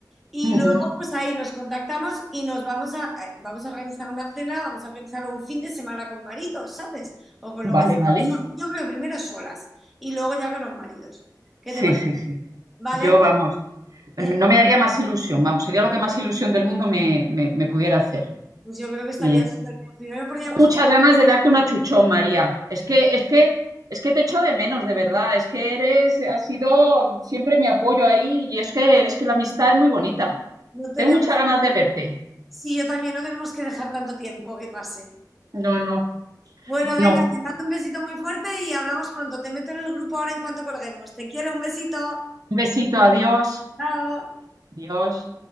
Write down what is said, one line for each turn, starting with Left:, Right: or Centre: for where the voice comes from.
Centre: Y
Right: Ujú.
Centre: luego, pues ahí nos contactamos y nos vamos a, eh, vamos a organizar una cena, vamos a organizar un fin de semana con maridos, ¿sabes? O con
Right: Vale,
Centre: lo que sea.
Right: vale.
Centre: So- Yo creo que primero solas y luego ya con los maridos. ¿Qué
Right: Sí,
Centre: te parece?
Right: sí, sí.
Centre: ¿Vale?
Right: Yo, vamos, no
Centre: ¿Eh?
Right: me haría más ilusión, vamos, sería lo que más ilusión del mundo me, me- me pudiera hacer.
Centre: Pues yo creo que estaría
Right: Bien.
Centre: súper bien. Primero podríamos,
Right: Muchas ganas de darte una chuchón, María. Es que, es que, es que te echo de menos, de verdad. Es que eres, has sido siempre mi apoyo ahí y es que, es que la amistad es muy bonita.
Centre: no tenemos
Right: Tengo muchas ganas
Centre: que,
Right: de verte.
Centre: sí, yo también no tenemos que dejar tanto tiempo que pase.
Right: No, no.
Centre: Bueno,
Right: Bueno,
Centre: venga, te mando un besito muy fuerte y hablamos pronto. Te meto en el grupo ahora en cuanto colguemos. Te quiero, un besito.
Right: un besito, adiós.
Centre: Chao.
Right: Adiós.